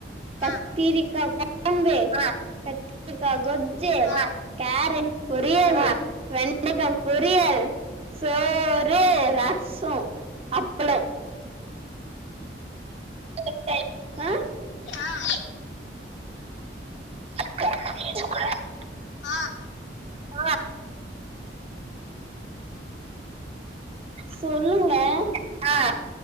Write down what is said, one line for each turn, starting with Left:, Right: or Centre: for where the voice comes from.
Right: கத்திரக்கா
Left: ஆ
Right: கொழம்பு ஆ கத்ரிக்கா கொஜ்ஜி
Left: ஆ ஆ
Right: கேரட் பொரியல் வெண்டக்கா பொரியல் சோறு ரசோ அப்பளோ <inaudible> ஆ
Left: ஆ <unintelligible>
Right: பேசக்கூடாது
Left: ஆ
Right: ஆ சொல்லுங்க ஆ